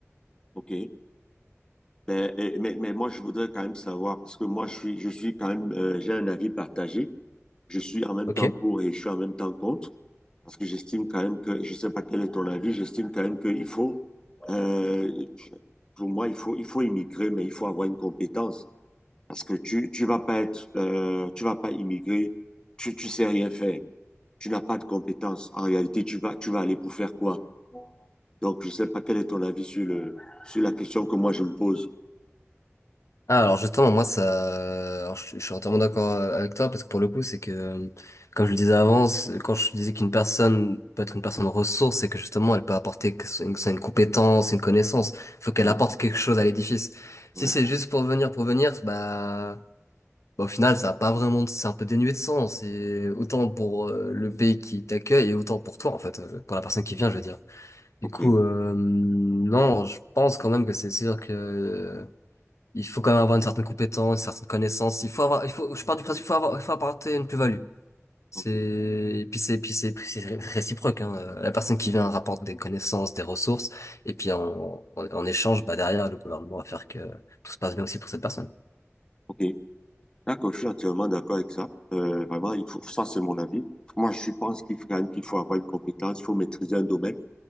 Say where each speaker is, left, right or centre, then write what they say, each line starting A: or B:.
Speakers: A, on the left (about 15°); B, on the left (about 85°).
A: ok. Ben, et- mais, mais moi, je voudrais quand même savoir, parce que moi, je suis, je suis quand même, euh, j'ai un avis partagé. Je suis en même
B: Ok?
A: temps pour et je suis en même temps contre, parce que j'estime quand même que, je sais pas quel est ton avis, j'estime quand même qu'il faut, euh, pour moi, il faut, il faut immigrer, mais il faut avoir une compétence. Parce que tu, tu vas pas être, euh, tu vas pas immigrer, tu, tu sais rien faire, tu n'as pas de compétences. En réalité, tu vas, tu vas aller pour faire quoi? Donc, je sais pas quel est ton avis sur le, sur la question que moi je me pose.
B: Ah, alors justement, moi, ça, alors, je, je suis entièrement d'accord euh, avec toi parce que pour le coup, c'est que, euh, comme je le disais avant, c'est- quand je disais qu'une personne peut être une personne ressource, c'est que justement, elle peut apporter que ce une, que ce soit une compétence, une connaissance. Il faut qu'elle
A: Ouais,
B: apporte quelque chose à l'édifice.
A: ouais,
B: Si c'est juste pour venir, pour venir, bah, bah, au final, ça a pas vraiment, de- c'est un peu dénué de sens. Et autant pour euh, le pays qui t'accueille et autant pour toi, en fait, euh, pour la personne qui vient, je veux dire.
A: ok,
B: Du coup, euh, non, je pense quand même que c'est sûr que il faut quand même avoir une certaine compétence, une certaine connaissance. Il faut avoir, il faut, je pars du principe, il faut avoir, il faut apporter une plus-value. C'est,
A: ok,
B: et puis c'est, puis c'est, puis c'est ré- réciproque, hein. Euh, La personne qui vient rapporte des connaissances, des ressources, et puis en, en, en échange, bah, derrière, le gouvernement va faire que tout se passe bien aussi pour cette personne.
A: ok. D'accord, je suis entièrement d'accord avec ça. Euh, vraiment, il faut, ça c'est mon avis. Moi, je pense qu'il faut, quand même qu'il faut avoir une compétence, il faut maîtriser un domaine